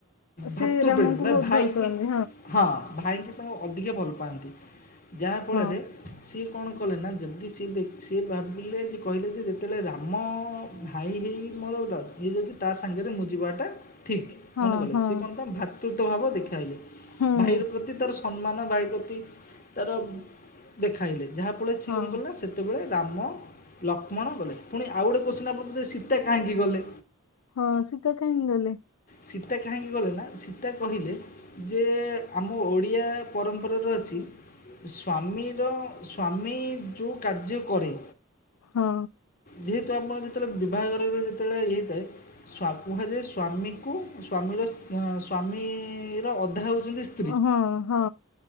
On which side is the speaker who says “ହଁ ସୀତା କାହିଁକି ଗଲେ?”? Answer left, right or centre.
Left